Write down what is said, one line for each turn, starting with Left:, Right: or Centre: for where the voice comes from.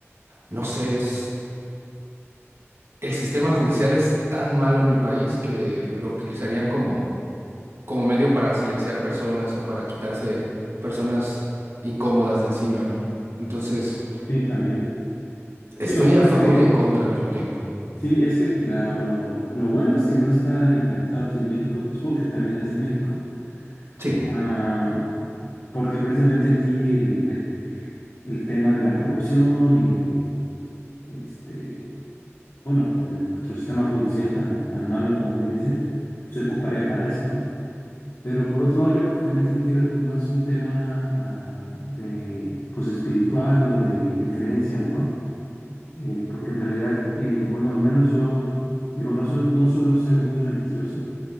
Right: no sé, es, el sistema judicial es tan malo en mi país que lo utilizarían como, como medio para silenciar personas o para quitarse personas incómodas de encima, ¿no? Entonces,
Left: Sí, también.
Right: estoy
Left: Sí, lo bueno
Right: a
Left: es
Right: favor
Left: que
Right: y en contra al mismo tiempo.
Left: Sí, es que la- lo, lo bueno es que no está implementado aquí en México, supongo que también eres de México,
Right: Sí,
Left: ah, porque precisamente aquí el, el- el tema de la corrupción y de, este, bueno, pues, de nuestro sistema judicial tan, tan malo como bien dices, pues, se ocuparía para eso, ¿no? Pero por otro lado, yo creo que también tiene que ver con más un tema, ah, de, pues, espiritual o de, de creencias, ¿no? eh, porque en realidad, eh, bueno, al menos yo, digo, no, soy- no suelo ser muy religioso,